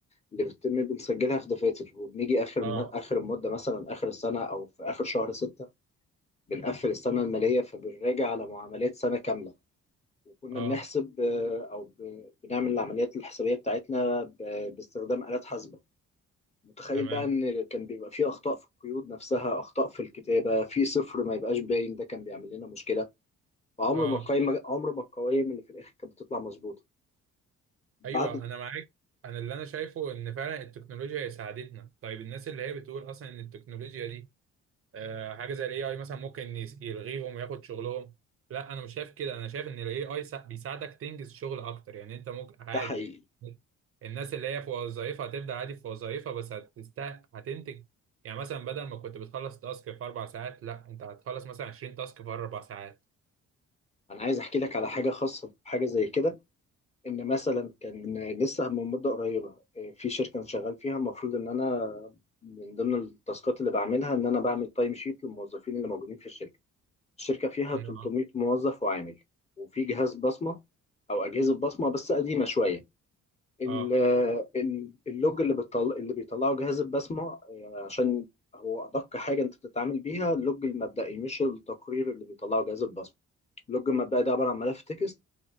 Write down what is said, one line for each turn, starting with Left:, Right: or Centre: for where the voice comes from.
Left: اللي بتتم بنسجلها في دفاتر وبنيجي آخر
Right: آه
Left: م- آخر المدة مثلا آخر السنة أو في آخر شهر ستة بنقفل السنة المالية فبنراجع على معاملات سنة كاملة وكنا
Right: آه
Left: بنحسب آه، أو ب- بنعمل العمليات الحسابية بتاعتنا ب- باستخدام آلات حاسبة متخيل
Right: تمام
Left: بقى ان كان بيبقى فيه اخطاء في القيود نفسها اخطاء في الكتابه في صفر ما يبقاش باين ده كان بيعمل لنا مشكله وعمر
Right: آه
Left: ما القايمه عمر ما القوائم اللي في الاخر كانت بتطلع مظبوطه بعد
Right: أيوه أنا معاك أنا اللي أنا شايفه إن فعلا التكنولوجيا هي ساعدتنا طيب الناس اللي هي بتقول أصلا إن التكنولوجيا دي آه، حاجه زي الاي اي مثلا ممكن يس- يلغيهم وياخد شغلهم لا انا مش شايف كده انا شايف ان الاي اي بيساعدك تنجز شغل اكتر يعني انت ممكن عادي
Left: ده حقيقي
Right: الناس اللي هي في وظائفها هتبدا عادي في وظائفها بس هتست هتنتج يعني مثلا بدل ما كنت بتخلص تاسك في اربع ساعات لا انت هتخلص مثلا 20 تاسك في اربع ساعات
Left: انا عايز احكي لك على حاجه خاصه بحاجه زي كده ان مثلا كان لسه من مده قريبه إيه، في شركه انا شغال فيها المفروض ان انا من ضمن التاسكات اللي بعملها ان انا بعمل تايم شيت للموظفين اللي موجودين في الشركه الشركه فيها
Right: اه
Left: 300 موظف وعامل وفي جهاز بصمه او اجهزه بصمه بس قديمه شويه ال-
Right: اه
Left: ال- اللوج اللي بيطل... اللي بيطلعه جهاز البسمة يعني عشان هو أدق حاجة أنت بتتعامل بيها اللوج المبدئي مش التقرير اللي بيطلعه جهاز البسمة اللوج المبدئي ده عبارة عن ملف تكست